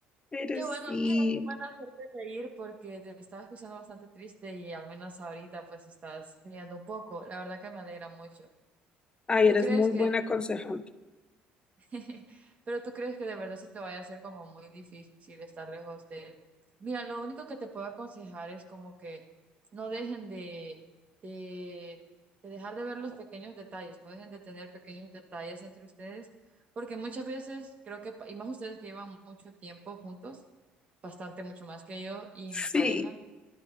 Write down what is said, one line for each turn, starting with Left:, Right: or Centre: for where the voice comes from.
Left: Pero
Right: qué
Left: sí,
Right: bueno, mira, qué bueno hacerte reír porque te estaba escuchando bastante triste y al menos ahorita pues estás riendo un poco. La verdad que me alegra mucho.
Left: ay,
Right: ¿Tú
Left: eres
Right: crees
Left: muy
Right: que,
Left: buena aconsejante.
Right: <laughs> pero tú crees que de verdad se te vaya a hacer como muy difícil estar lejos de él? Mira, lo único que te puedo aconsejar es como que no dejen de, de, de dejar de ver los pequeños detalles, no dejen de tener pequeños detalles entre ustedes, porque muchas veces creo que, y más ustedes que llevan mucho tiempo juntos, bastante mucho más que yo y
Left: Sí,
Right: mi pareja.